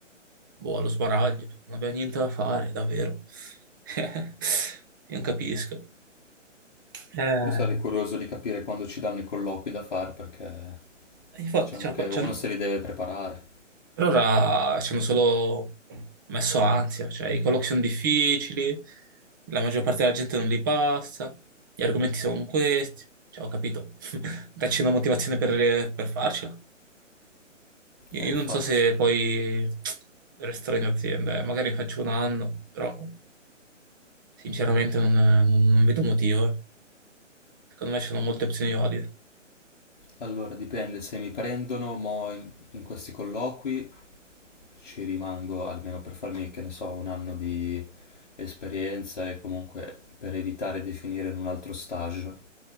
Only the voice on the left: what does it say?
Io sarei curioso di capire quando ci danno i colloqui da fare perché
diciamo
che
uno
se li deve preparare.
Eh,
infatti.
Allora, dipende, se mi prendono mo in, in questi colloqui ci rimango almeno per farmi, che ne so, un anno di esperienza e comunque per evitare di finire in un altro stage.